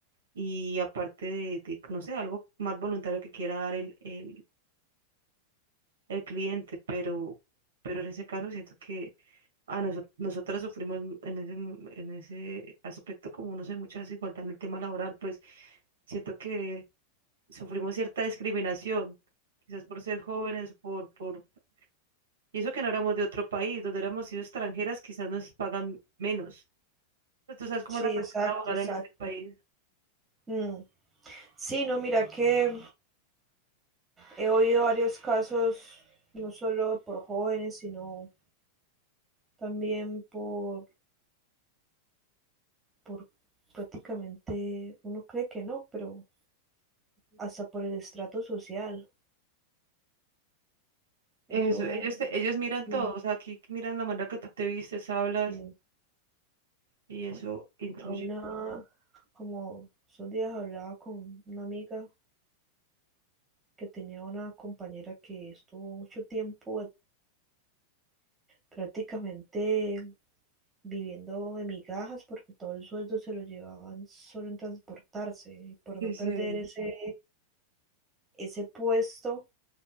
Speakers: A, on the right; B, on the right.
A: y aparte de, de, no sé, algo más voluntario que quiera dar el, el, el cliente, pero, pero en ese caso siento que a noso- nosotras sufrimos mu- en ese, mu- en ese aspecto, como no sé, mucha desigualdad en el tema laboral, pues siento que sufrimos cierta discriminación, quizás por ser jóvenes, por, por, y eso que no éramos de otro país, donde éramos sido extranjeras, quizás nos pagan menos. Pero Tú sabes cómo
B: Sí,
A: es la cuestión
B: exacto,
A: laboral
B: exacto.
A: en este país.
B: Mm. Sí, no, mira que he oído varios casos, no solo por jóvenes, sino también por, por prácticamente, uno cree que no, pero hasta por el estrato social.
A: Eso,
B: Eso,
A: ellos, te- ellos miran
B: mm,
A: todo, o sea, aquí miran la manera que tú te vistes, hablas,
B: sí,
A: y eso incluye.
B: a una, como esos días hablaba con una amiga que tenía una compañera que estuvo mucho tiempo prácticamente viviendo de migajas porque todo el sueldo se lo llevaban solo en transportarse, y por
A: Sí,
B: no perder
A: sí.
B: ese, ese puesto